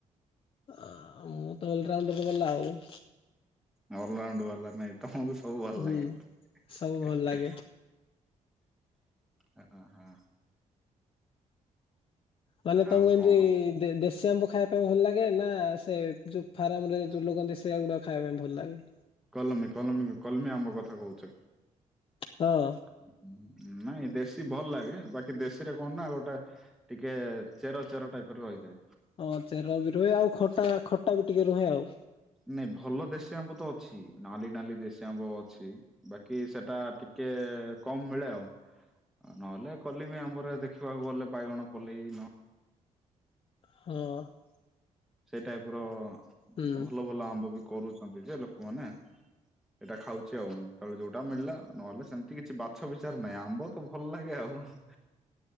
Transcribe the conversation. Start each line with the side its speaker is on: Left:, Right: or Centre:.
Left: ଆ ମୁଁ ତ ଅଲରାଉଣ୍ଡର ବାଲା ଆଉ।
Centre: ଅଲରାଉଣ୍ଡ ବାଲା ନାଇଁ ତମୁକୁ ସବୁ ଭଲ
Left: ହୁଁ
Centre: ଲାଗେ।
Left: ସବୁ ଭଲ ଲାଗେ।
Centre: ଓ ଅ ହଁ।
Left: ତାହେଲେ
Centre: ଆଉ
Left: ତମୁକୁ ଏମତି
Centre: କଣ
Left: ଦେ ଦେ ଶୀ ଆମ୍ବ ଖାଇଆ ପାଇଁ ଭଲ ଲାଗେ ନା ସେ ଯୋଉ ଫାର୍ମାରେ ଯୋଉ ଲଗାନ୍ତି ସେଗୁଡା ଖାଇଆ ପାଇଁ ଭଲ ଲାଗେ।
Centre: କଲମୀ କଲମୀ କ କଲମୀ ଆମ୍ବ କଥା କହୁଛ।
Left: ହଁ।
Centre: ଉଁ ଉଁ ନାଇଁ ଦେଶୀ ଭଲ ଲାଗେ ବାକି ଦେଶୀରେ କଣ ନା ଗୋଟାଏ ଟିକେ ଚେର ଚେର ଟାଇପର ରହିଯାଏ।
Left: ହଁ ଚେର ବି ରୁହେ ଆଉ ଖଟା ଖଟା ବି ଟିକେ ରୁହେ ଆଉ।
Centre: ନାଇଁ ଭଲ ଦେଶୀ ଆମ୍ବ ତ ଅଛି ନାଲି ନାଲି ଦେଶୀ ଆମ୍ବ ଅଛି। ବାକି ସେଟା ଟିକେ ଏ କମ୍ ମିଳେ ଆଉ ଆଉ ନହେଲେ କଲିମୀ ଆମ୍ବରେ ଦେଖିବାକୁ ଗଲେ ବାଇଗଣ ପୋଲେଇ ନ
Left: ହଁ।
Centre: ସେଇ ଟାଇପର
Left: ହୁଁ।
Centre: ଭଲ ଭଲ ଆମ୍ବ ବି କରୁଛନ୍ତି ଯେ ଲୋକମାନେ। ଏଇଟା ଖାଉଛି ଆଉ ଯେତବେଳେ ଯୋଉଟା ମିଳିଲା ନହେଲେ ସେମିତି କିଛି ବାଛ ବିଚାର ନାହିଁ ଆମ୍ବ ତ ଭଲ ଲାଗେ ଆଉ ହୁଁ।